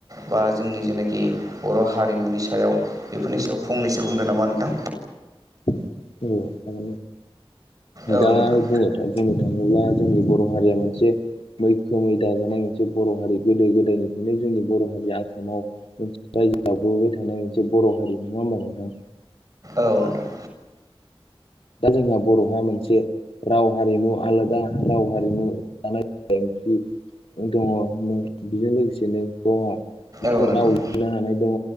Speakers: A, on the right; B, on the left.
A: बा जोंनि जेनाखि बर हारि। हारिमुनि सायाव बेफोरनि सायाव फंनैसो बुंदों नामा नोंथां।
B: <inaudible> औ
A: औ
B: दा
A: नोंथां
B: बुंनो थांङोब्ला जोंनि बर। बर हारिया मोनसे। मैखोमै दाजानाय मोनसे बर हारि गोदो गोदायनिफ्रायनो जोंनि बर हारिया आसामाव मोनसे। रायजोयाव थानायनाय मोनसे बर हारि नंङा होमबा नोंथां।
A: औ नोंथां।
B: दा जोंहा बरहा मोनसे। राव हारिमु आलादा राव हारिमु जानाय ओंख्रि।। दंङ नों बेजों लोगोसेनो दंङ।
A: औ नोंथां
B: रावआवनो हानाय दंङ